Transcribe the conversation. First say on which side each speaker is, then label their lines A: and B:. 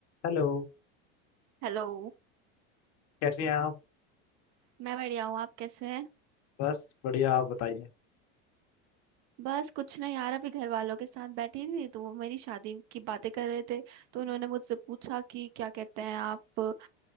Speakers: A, on the left; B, on the right.
A: हेलो
B: हेलो
A: कैसी हैं आप
B: मैं बढ़िया हूँ आप कैसे हैं
A: बस बढ़िया आप बताइए
B: बस कुछ नहीं यार अभी घर वालों के साथ बैठी थी तो वो मेरी शादी की बातें कर रहे थे तो उन्होंने मुझसे पूछा कि क्या कहते हैं आप